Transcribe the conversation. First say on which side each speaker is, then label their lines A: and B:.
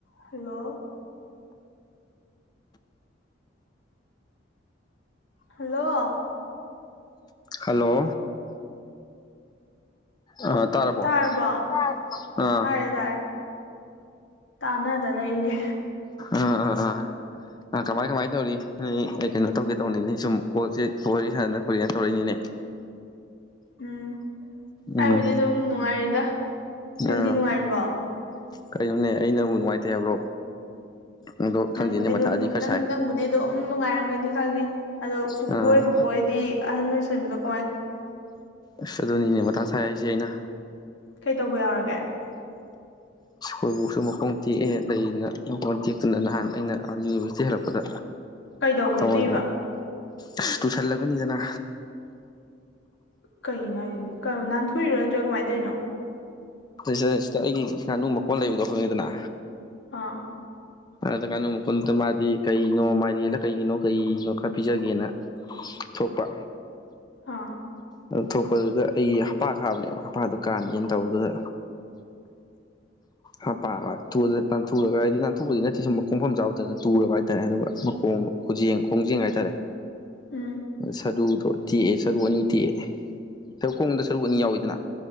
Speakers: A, on the left; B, on the left.
A: ꯍꯜꯂꯣ ꯍꯜꯂꯣ
B: ꯍꯜꯂꯣ ꯑ ꯇꯥꯔꯕꯣ
A: ꯇꯥꯔꯕꯣ
B: ꯇꯥꯔ‌ꯦ ꯑꯥ
A: ꯇꯥꯔꯦ ꯇꯥꯔꯦ ꯇꯥꯟꯅꯗ ꯂꯩꯅꯦ
B: ꯑꯥ ꯑꯥ ꯑꯥ ꯑ ꯀꯃꯥꯏ ꯀꯃꯥꯏꯅ ꯇꯧꯔꯤ ꯅ‌ꯣꯏ ꯑ ꯀꯩꯅꯣ ꯇꯧꯒꯦ ꯇꯧꯕꯅꯤꯅꯦ ꯁꯨꯝ ꯀꯣꯜꯁ‌ꯦ ꯀꯣꯜ ꯋꯥꯔꯤ ꯁꯟꯅꯗ ꯀꯨꯏꯔ‌ꯦꯅ ꯇꯧꯔꯛꯏꯅꯤꯅꯦ <inaudible>
A: ꯎꯝ
B: ꯎꯝ
A: ꯑꯩꯕꯨꯗꯤ ꯑꯗꯨꯝ ꯅꯨꯡꯉꯥꯏꯔꯤꯗ ꯅꯪꯗꯤ
B: ꯑ
A: ꯅꯨꯡꯉꯥꯏꯔꯤꯕꯣ
B: ꯀꯩꯅꯣꯅꯦ ꯑꯩꯅꯕꯨ ꯅꯨꯡꯉꯥꯏꯇꯦ ꯍꯥꯏꯕ꯭ꯔꯣ ꯑꯗꯣ ꯈꯪꯗꯦꯅꯦ
A: ꯅꯪꯕꯨꯗꯤ
B: ꯃꯊꯥꯗꯤ
A: ꯑꯗꯨꯝ ꯅ‌ꯣꯛ
B: ꯈꯔ
A: ꯅꯪ
B: ꯁꯥꯏ
A: ꯅꯪꯕꯨꯗꯤ ꯑꯗꯨꯝ ꯅꯨꯡꯉꯥꯏꯔꯝꯒꯅꯤ ꯈꯪꯉꯦ ꯑꯗꯣ ꯄꯨꯄꯨ
B: ꯑꯥ
A: ꯍ‌ꯣꯏ ꯕꯨꯕ‌ꯣꯛ ꯍ‌ꯣꯏꯗꯤ ꯗꯤ ꯑꯍꯟ ꯑꯣꯏꯁꯤꯟꯕꯗ‌ꯣ
B: ꯑꯁ ꯑꯗꯨꯅꯤꯅꯦ ꯃꯊꯥ ꯁꯥꯏ ꯍꯥꯏꯁꯦ ꯑꯩꯅ
A: ꯀꯩ ꯇꯧꯕ ꯌꯥꯎꯔꯒꯦ
B: ꯈꯣꯏ ꯕ‌ꯣꯛꯁꯨ ꯃꯈꯣꯡ ꯇꯦꯛꯑꯦ ꯂꯩꯗꯅ ꯃꯈꯣꯡ ꯇꯦꯛꯇꯨꯅ ꯅꯍꯥꯟ ꯑꯩꯅ ꯑꯥ ꯌꯨꯅꯤꯚꯔꯁꯤꯇꯤ ꯍꯦꯜꯂꯛꯄꯗ
A: ꯀꯩꯗꯧꯕꯗ
B: ꯇ‌ꯣꯟ
A: ꯇꯦꯛꯏꯕ
B: ꯑꯁ ꯇꯨꯁꯜꯂꯒꯅꯤꯗꯅ
A: ꯀ ꯍꯥꯏꯔꯤ ꯅꯥꯟꯊꯣꯛꯏꯔꯣ ꯅꯠꯇ꯭ꯔꯥ ꯀꯃꯥꯏꯅ ꯇꯧꯔꯤꯅꯣ
B: ꯁꯤꯗ ꯁꯤꯗ ꯑꯩꯒꯤ ꯉꯥꯅꯨ ꯃꯀꯣꯟ ꯂꯩꯕꯗꯣ ꯈꯪꯉꯤꯗꯅ
A: ꯑ
B: ꯑꯗꯨ ꯀꯩꯅꯣ ꯃꯈꯨꯟꯗꯨꯗ ꯃꯥꯗꯤ ꯀꯩꯅꯣ ꯃꯥꯏꯔꯦꯜꯂ ꯀꯩꯒꯤꯅꯣ ꯀꯩꯅꯣ ꯈꯔ ꯄꯤꯖꯒꯦꯅ ꯊꯣꯛꯄ
A: ꯑꯥ
B: ꯑꯗꯨ ꯊꯣꯛꯄꯗꯨꯗ ꯑꯩꯒꯤ ꯍꯄꯥ ꯈꯥꯕꯅꯦꯕ ꯍꯄꯥꯗꯨ ꯀꯥꯟꯒꯦꯅ ꯇꯧꯕꯗꯨꯗ ꯍꯥ ꯄ ꯊꯗ꯭ꯔꯦ ꯊꯒꯅ <unintelligible> ꯑꯇꯨꯞꯄꯗꯤ ꯅꯠꯇꯦ ꯁꯨꯝ ꯈꯣꯡꯐꯝ ꯆꯥꯎꯕꯗꯅ ꯇꯨꯔꯕ ꯍꯥꯏꯇꯥꯔꯦ ꯑꯗꯨꯒ ꯃꯈꯣꯡ ꯈꯨꯖ ꯈꯣꯡꯖꯦꯡ ꯍꯥꯏꯇꯥꯔꯦ
A: ꯎꯝ
B: ꯁꯗꯨꯗꯣ ꯇꯦꯛꯑꯦ ꯁꯔꯨ ꯑꯅꯤ ꯇꯦꯛꯑꯦ ꯁꯔ ꯈꯣꯡꯗ ꯁꯔꯨꯛ ꯑꯅꯤ ꯌꯥꯎꯋꯤꯗꯅ